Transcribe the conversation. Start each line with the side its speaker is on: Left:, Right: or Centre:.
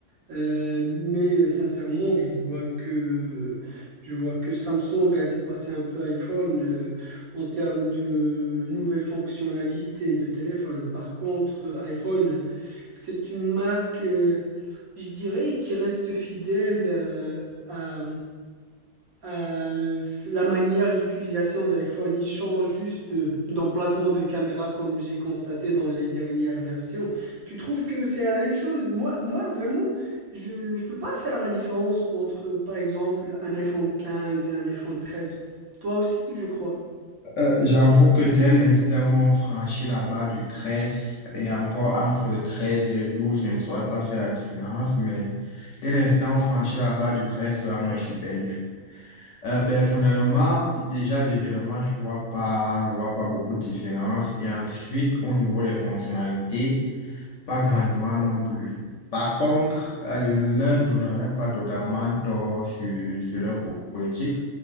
Right: Euh, mais euh, sincèrement, je vois que je vois que Samsung a dépassé un peu iPhone euh, en termes de nouvelles fonctionnalités de téléphone. Par contre, euh, iPhone, c'est une marque, euh, je dirais, qui reste fidèle euh, à, euh, la manière d'utilisation d'iPhone, il change juste euh, d'emplacement de caméra comme j'ai constaté dans les dernières versions. Tu trouves que c'est la même chose? Moi, moi vraiment, je ne peux pas faire la différence entre, par exemple, un iPhone quinze et un iPhone treize. Toi aussi, je crois.
Left: Euh, j'avoue que dès l'instant où on franchit la barre du 13 et encore entre le 13 et le 12, je ne saurais pas faire la différence, mais dès l'instant où on franchit la barre du 13, là, moi, je suis perdu. Euh, personnellement, déjà visuellement, je vois pas, je vois pas beaucoup de différence. Et ensuite, au niveau des fonctionnalités, pas grandement non plus. Par contre, euh, je ne leur donnerai pas totalement tort sur, sur leur po- politique.